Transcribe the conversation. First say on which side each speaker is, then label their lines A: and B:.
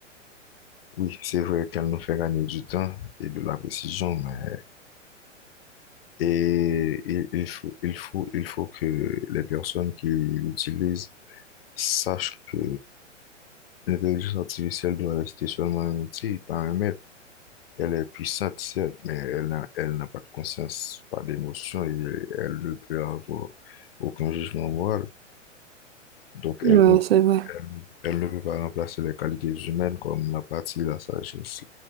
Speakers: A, on the left (about 50°); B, on the right (about 50°).
A: oui, c'est vrai qu'elle nous fait gagner du temps et de la précision, mais Et il, il faut, il faut, il faut que les personnes qui l'utilisent sachent que l'intelligence artificielle doit rester seulement un outil, pas un maître. Elle est puissante, certes, mais elle n'a, elle n'a pas de conscience, pas d'émotion et elle ne peut avoir aucun jugement moral. Donc,
B: Ouais,
A: elle ne,
B: c'est vrai.
A: elle, elle ne peut pas remplacer les qualités humaines comme l'apathie, la sagesse,